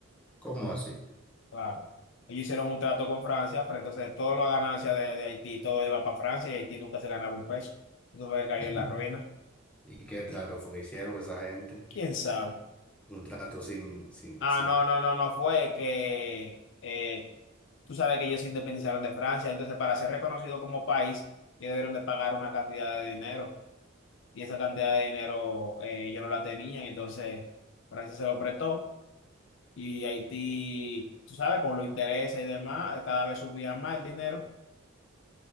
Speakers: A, in the centre; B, on the left (about 60°).
A: ¿Cómo así?
B: Claro. Ellos hicieron un trato con Francia, pero entonces toda la ganancia de, de Haití, todo iba para Francia y Haití nunca se ganaba un peso. Eso fue que cayó
A: <laughs>
B: en la ruina.
A: ¿Y qué trato fue que hicieron esa gente?
B: ¿Quién sabe?
A: Un trato sin, sin,
B: Ah,
A: sin,
B: no, no, no, no fue que... eh, Tú sabes que ellos se independizaron de Francia, entonces para ser reconocido como país, ellos debieron de pagar una cantidad de dinero. Y esa cantidad de dinero eh, ellos no la tenían, entonces Francia se lo prestó. Y Haití, tú sabes, con los intereses y demás, cada vez subían más el dinero